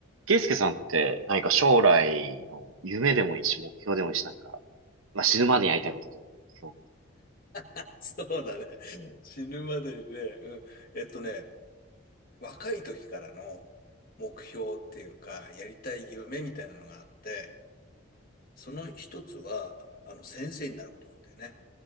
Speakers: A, on the right (about 80°); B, on the left (about 45°).
A: ケイスケさんって何か将来の夢でもいいし、目標でもいいし、なんか、まあ、死ぬまでにやりたいことでも目標。
B: <laughs> そうだね。うん死ぬまでにね、うん。えっとね、若い時からの目標っていうか、やりたい夢みたいなのがあって、その一つは、あの、先生になることなんだよね。